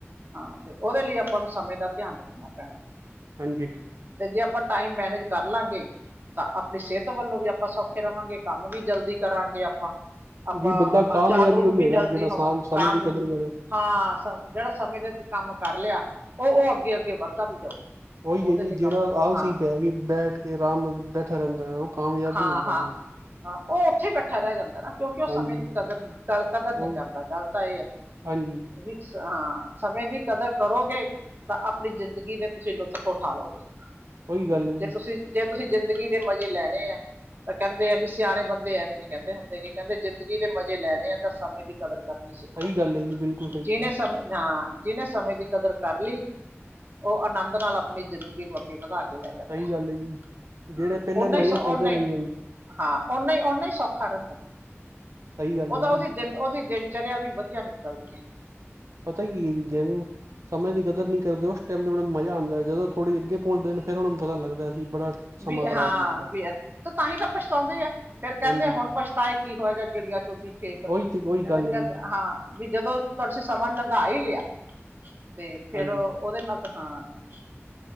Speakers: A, on the right (about 45°); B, on the right (about 85°).
A: ਹਾਂ ਫੇਰ ਉਦੇ ਲਈ ਆਪਾਂ ਨੂੰ ਸਮੇਂ ਦਾ ਧਿਆਨ ਰੱਖਣਾ ਪੈਣਾ।
B: ਹਾਂਜੀ।
A: 'ਤੇ ਜੇ ਆਪਾਂ ਟਾਈਮ ਮੈਨੇਜ ਕਰ ਲਾਂਗੇ ਤਾਂ ਆਪਣੀ ਸੇਅਤ ਵੱਲੋਂ ਵੀ ਆਪਾਂ ਸੌਖੇ ਰਵਾਂਗੇ, ਕੰਮ ਵੀ ਜਲਦੀ ਕਰਾਂਗੇ ਆਪਾਂ ਆਪਾਂ
B: ਜੀ ਬੰਦਾ ਕਾਮਯਾਬੀ
A: ਜਾਗਰੂਕ
B: ਉਹੀ
A: ਵੀ
B: ਹੈਗਾ
A: ਜਲਦੀ
B: ਜਿਹੜਾ ਸਾਮ
A: ਹੋਵਾਂ
B: ਸਮੇਂ
A: ਕਾਮ
B: ਦੀ ਕਦਰ
A: ਏ।
B: ਕਰੇ
A: ਹਾਂ ਸ ਜੇੜਾ ਸਮੇਂ ਦੇ ਵਿੱਚ ਕੰਮ ਕਰ ਲਿਆ ਓ-ਓ ਅੱਗੇ-ਅੱਗੇ ਵੱਧਦਾ ਵੀ ਜਾਊਗਾ।
B: ਉਹੀ
A: ਉਹਦੇ
B: ਏ ਵੀ
A: ਲਈ
B: ਜੇੜਾ
A: ਕੰਮ
B: ਆਲਸੀ
A: ਹਾਂ
B: ਪੈਗੀ ਬੈਠ ਕੇ ਆਰਾਮ ਨਾਲ ਬੈਠਾ ਰੈਂਦਾ ਐ ਓ ਕਾਮਯਾਬ
A: ਹਾਂ
B: ਨੀ ਹੁੰਦਾ
A: ਹਾਂ
B: ਵੀ।
A: ਹਾਂ ਓ ਉੱਥੇ ਈ ਬੈਠਾ ਰੈ ਜਾਂਦਾ ਨਾ ਕਿਉਂਕਿ ਓ ਸਮੇਂ
B: ਹਾਂਜੀ
A: ਦੀ ਕਦਰ ਨੀ ਕ ਕਦਰ ਨੀ
B: ਉਹ
A: ਕਰਦਾ ਗੱਲ ਤਾਂ ਏ ਆ ਸਾ।
B: ਹਾਂਜੀ
A: ਵਿਸ ਹਾਂ ਸਮੇਂ ਦੀ ਕਦਰ ਕਰੋਗੇ ਤਾਂ ਆਪਣੀ ਜ਼ਿੰਦਗੀ ਦੇ ਤੁਸੀਂ ਲੁਤਫ ਉਠਾ ਲੋਗੇ
B: ਉਹੀ
A: ਹੂੰ
B: ਗੱਲ ਹੈ ਜੀ
A: ਜੇ ਤੁਸੀਂ ਜੇ ਤੁਸੀਂ ਜ਼ਿੰਦਗੀ ਦੇ ਮਜ਼ੇ ਲੈਣੇ ਐ ਤਾਂ ਕੈਂਦੇ ਐ ਵੀ ਸਿਆਣੇ ਬੰਦੇ ਐਵੇਂ ਨੀ ਕੈਂਦੇ ਹੁੰਦੇ ਕੇ ਕੈਂਦੇ ਜ਼ਿੰਦਗੀ ਦੇ ਮਜ਼ੇ ਲੈਣੇ ਆ ਤਾਂ ਸਮੇਂ ਦੀ ਕਦਰ ਕਰਨੀ ਸਿੱਖੋ,
B: ਸਹੀ ਗੱਲ ਹੈ ਜੀ ਬਿਲਕੁਲ ਸਹੀ
A: ਜਿਨੇ
B: ਗੱਲ
A: ਸਮੇਂ ਹਾਂ ਜਿਨੇ ਸਮੇਂ ਦੀ ਕਦਰ ਕਰ ਲੀ, ਓ ਆਨੰਦ ਨਾਲ ਆਪਣੀ ਜ਼ਿੰਦਗੀ ਨੂੰ ਅੱਗੇ ਵਧਾ ਕੇ ਲੈ ਜਾਂਦੈ,
B: ਸਹੀ
A: ‌
B: ਗੱਲ ਹੈ ਜੀ ਜਿਹੜੇ
A: ਹਾਂ
B: ਪਹਿਲੇ
A: ਉਨਾਂ ਈ
B: ਮਜ਼ੇ
A: ਸੌ
B: ਕਰਦੇ
A: ਉਨਾਂ
B: ਰਹਿੰਦੇ
A: ਈ
B: ਨੇ
A: ਹਾਂ ਉਨਾਂ ਈ, ਉਨਾਂ ਈ ਸੌਖਾ ਰੈਂਦੇ,
B: ਸਹੀ ਗੱਲ
A: ਉਦਾ
B: ਹੈ ਜੀ
A: ਉਦੀ ਦਿਲ ਓਹਦੀ ਦਿਨ ਚਰੇਆ ਵੀ ਵਧੀਆ ਨਿਕਲਦੀ ਏ।
B: ਪਤਾ ਕੀ ਜਿਵੇਂ ਸਮੇਂ ਦੀ ਕਦਰ ਨੀ ਕਰਦੇ ਓ ਟੈਮ ਦੇ ਓਨਾਨੂੰ ਮਜਾ ਆਂਦਾ ਜਦੋਂ ਥੋੜ੍ਹੀ ਅੱਗੇ ਪਹੁੰਚਦੇਨ ਫੇਰ ਓਹਨਾਂ ਨੂੰ ਪਤਾ ਲੱਗਦਾ ਅਸੀ ਬੜਾ ਸਮਾਂ
A: ਵੀ
B: ਖ਼ਰਾਬ
A: ਹਾਂ,
B: ਕੀਤਾ
A: ਵੀ ਤੋ ਤਾਂਹੀ ਤਾਂ ਪਛਤਾਉਂਦੇ ਐ। ਫੇਰ ਕੈਂਦੇ
B: ਹਾਂਜੀ
A: ਹੁਣ ਪਛਤਾਏ ਕੀ ਹੋਇਆ, ਜਾ ਚਿੜੀਆ ਚੁਗ ਗੀ ਖੇਤ,
B: ਉਹੀ ਤੇ ਉਹੀ
A: ਕੈਂਦੇ-ਕੈਂਦੇ
B: ਗੱਲ ਹੈ ਜੀ
A: ਹਾਂ। ਵੀ ਜਦੋਂ ਤੁਰਸੀ ਸਮਾਂ ਲੰਘਾ ਈ ਲੇਆ, ਤੇ ਫੇਰ
B: ਹਾਂਜੀ
A: ਓ ਔਦੇ ਨਾਲ ਤਾਂ ਹਾਂ,